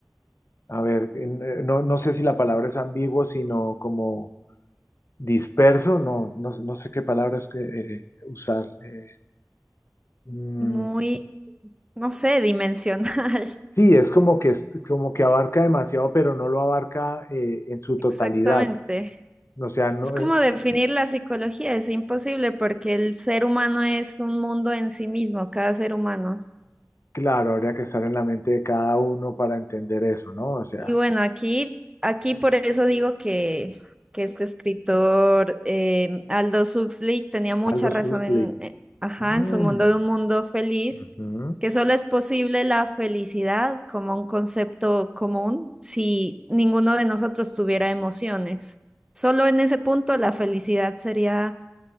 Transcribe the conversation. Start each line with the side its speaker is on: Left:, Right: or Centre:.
Left: a ver, eh, no, no sé si la palabra es ambiguo, sino como disperso, no, no, no sé qué palabras que, eh, usar. eh, mm,
Right: muy, no sé, dimensional. <laughs>
Left: sí, es como que, es- como que abarca demasiado, pero no lo abarca eh, en su
Right: Exactamente.
Left: totalidad. O sea, no,
Right: Es como
Left: eh,
Right: definir la psicología, es imposible porque el ser humano es un mundo en sí mismo, cada ser humano.
Left: claro, habría que estar en la mente de cada uno para entender eso, ¿no? O sea,
Right: Y bueno, aquí, aquí por eso digo que, que este escritor eh, Aldous Huxley tenía mucha
Left: Aldous
Right: razón
Left: Huxley.
Right: en, eh, ajá,
Left: Mm,
Right: en su mundo de un mundo feliz,
Left: ujú.
Right: que solo es posible la felicidad como un concepto común si ninguno de nosotros tuviera emociones. Solo en ese punto la felicidad sería